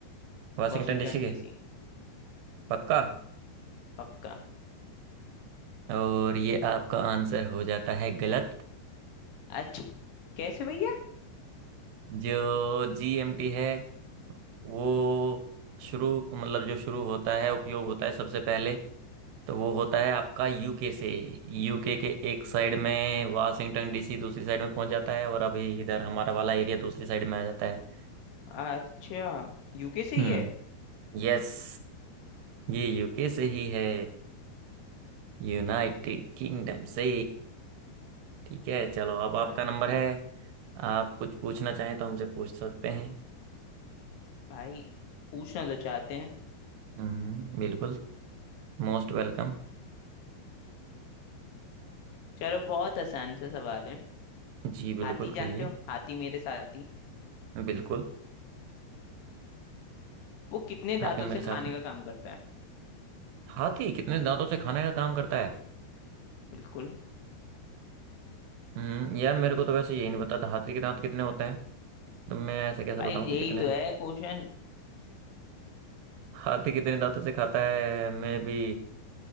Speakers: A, on the right; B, on the left.
A: वाशिंगटन
B: Washington
A: डीसी
B: DC
A: के पक्का
B: पक्का
A: और ये आपका आंसर हो जाता है गलत
B: अच्छा कैसे भैया
A: जो जीएमटी है वो शुरू मतलब जो शुरू होता है उपयोग होता है सबसे पहले तो वो होता है आपका यूके से यूके के एक साइड में वाशिंगटन डीसी दूसरी साइड में पहुंच जाता है और अभी इधर हमारा वाला एरिया दूसरी साइड में आ जाता है
B: अच्छा यूके से
A: हम्म
B: ही है
A: यस ये यूके से ही है यूनाइटेड किंगडम से ठीक है चलो अब आपका
B: अच्छा
A: नंबर है आप कुछ पूछना चाहें तो हमसे पूछ सकते हैं
B: भाई पूछना तो चाहते हैं
A: हम्म बिल्कुल Most welcome
B: चलो बहुत आसान सा सवाल है
A: जी बिल्कुल
B: हाथी जानते
A: कहिए
B: हो हाथी मेरे साथी
A: बिल्कुल
B: वो कितने दांतों
A: हाथी मेरे
B: से
A: साथ
B: खाने
A: है
B: का काम करता है
A: हाथी कितने दांतों से खाने का काम करता है
B: बिल्कुल
A: हम्म यार मेरे को तो वैसे यही नहीं पता था, हाथी के दांत कितने होते हैं तो मैं ऐसे कैसे
B: भाई
A: बताऊं कि
B: यही
A: कितने
B: तो
A: <laughs>
B: है क्वेश्चन
A: हाथी कितने दांतों से खाता है मे बी